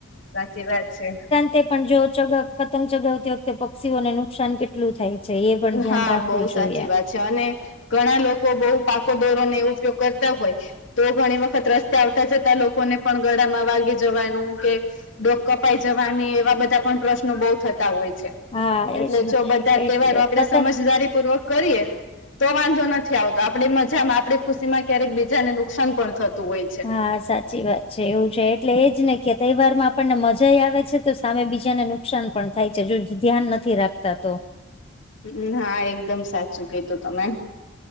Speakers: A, on the left; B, on the left.
A: સાચી વાત છે.
B: તે પણ જો ચગાવ પતંગ ચગાવતી વખતે પક્ષીઓને નુકસાન કે કેટલું થાય છે એ પણ ધ્યાન
A: હા
B: રાખવું
A: બહુ
B: જોઈએ.
A: સાચી વાત અને ઘણા લોકો બહુ પાકો દોરો ને એ ઉપયોગ કરતા હોય તો ઘણી વખત રસતે આવતા જતા લોકોને પણ ગળામાં વાગી જવાનું કે ડોક કપાઈ જવાની એવા બધા પણ પ્રશ્નો બો થતા હોય છે.
B: હા
A: એટલે
B: એજ ને
A: જો બધા
B: એટલે
A: તહેવારો આપડે
B: પતંગ
A: સમજદારી પૂર્વક કરીએ તો વાંધો નથી આવતો આપડી મજામાં આપણી ખુશી માં ક્યારેક બીજાને નુકસાન પણ થતું હોય છે.
B: હા સાચી વાત છે એવું છે એટલે એજ ને કે તહેવાર માં આપણને મજા યે આવે છે તો સામે બીજાને નુકસાન પણ થાય છે, જો ધ્યાન નથી રાખતા તો.
A: અ હા એકદમ સાચું કીધું તમે.